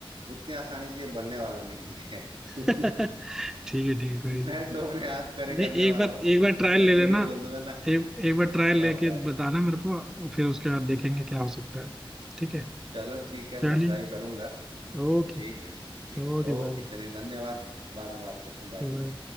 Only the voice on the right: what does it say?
उतनी आसानी से ये बनने वाला नहीं है <laughs>
मैं
तो अपने हाथ खड़े करने
वाला
हूँ
मैं
सीधे बोल दूंगा ना
ना
हो पाएगा
चलो ठीक है
मैं ट्राई करूंगा
ठीक है ठीक
ओके
चलिए धन्यवाद बाद में बात करते हैं बाय